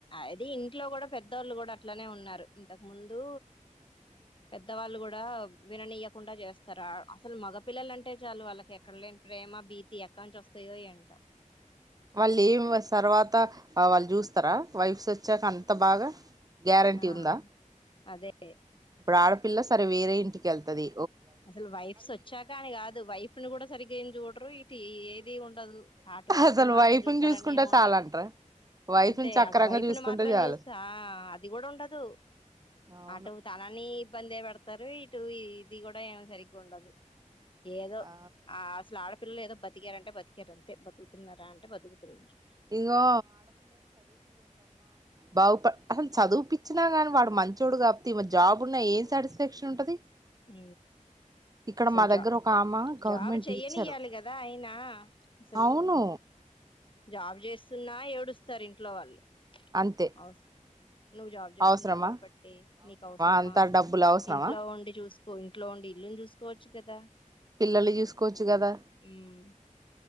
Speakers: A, on the left (about 40°); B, on the right (about 30°).
A: అది ఇంట్లో కూడా పెద్దోళ్ళు కూడా అట్లనే ఉన్నారు ఇంతకు ముందు పెద్దవాళ్ళు కూడా విననీయకుండా చేస్తారు అ అసలు మగపిల్లలు అంటే చాలు వాళ్ళ ఎక్కడ లేని ప్రేమ భీతి ఎక్క నుంచి వస్తాయో ఏంటో
B: వాళ్ళు ఏం తర్వాత వాళ్ళు చూస్తారా వైఫ్స్ వచ్చాక అంత బాగా గ్యారంటీ
A: ఆ
B: ఉందా
A: అదే ఏ
B: ఇప్పుడు ఆడపిల్ల సరే వేరే ఇంటికి ఎళ్తది
A: అసలు వైఫ్స్ ఒచ్చాక అని కాదు వైఫ్ ని కూడా సరిగ్గా ఏం చూడరు ఇటు ఏది ఉండదు అటు వైఫ్
B: అసలు
A: ని మాత్రం
B: వైఫ్ని
A: జూత్తరని
B: చూసుకుంటే
A: ఏం ఉంటది
B: చాలంటారా వైఫ్ని
A: అంతే
B: చక్కరంగా
A: అటు వైఫ్
B: చూసుకుంటే
A: ని మాత్రం
B: చాలు
A: చూస్తా ఆ అది కూడా ఉండదు
B: అవును
A: అటు తననీ ఇబందే పెడతారు ఇటు ఈ ది కూడా డెమా సరిగుండదు ఏదో
B: ఆ
A: ఆ అసలు ఆడ పిల్లలు ఏదో బతికారంటే బతికారు అంతే బతుకుతున్నారా అంటే బతుకుతున్నారు
B: ఇంగో బాగు ప అసలు చదువుపిచ్చినా గాని వాడు మంచిడు కాప్తే ఈమ జాబ్ ఉన్నా ఏం సాటిస్ఫాక్షన్ ఉంటది
A: ఊ
B: ఇక్కడ
A: అసలు
B: మా
A: జా
B: దగ్గర ఒక ఆమ గవర్నమెంట్
A: జాబ్ చెయనియ్యాలి
B: టీచరు
A: కదా అయినా అసలు
B: అవును
A: జాబ్ చేస్తున్నా ఏడుస్తారు ఇంట్లో వాళ్ళు
B: అంతే
A: అవస్ నువ్వు జాబ్ చేస్తున్నావు
B: అవసరమా
A: కాబట్టి నీకు అవసరమా
B: అంత
A: అసలు
B: డబ్బులు అవసరమా
A: ఇంట్లో వండి చూస్ స్కు ఇంట్లో ఉండి ఇల్లుని చూసుకోవచ్చు కదా
B: పిలల్ని చూసుకోవచ్చు కదా
A: ఉమ్